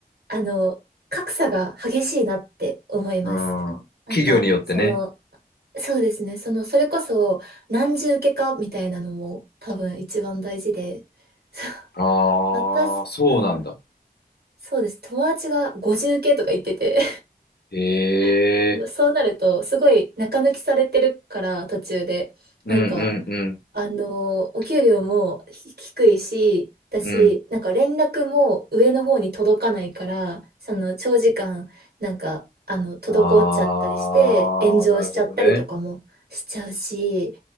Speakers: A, on the right (about 85°); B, on the left (about 85°).
A: あの、格差が激しいなって思います。
B: うん。
A: なんか、
B: 企業によってね。
A: その、そうですね。その、それこそ、何重受けかみたいなのも多分一番大事で、<laughs> そう
B: ああ、
A: 私、
B: そうなんだ。
A: うんそうです。友達が50系とか言ってて
B: へ
A: <laughs>
B: え。
A: そうなると、すごい中抜きされてるから、途中で。
B: うんうんう
A: なんか、あのーお給料もひ低いし、だし、
B: ん。う
A: なんか連絡も上の方に届かないから、その長時間、なんか、あの、滞っちゃったりして、
B: ん。ああ、
A: 炎上しちゃったりとかもしちゃうし、
B: なるほどね。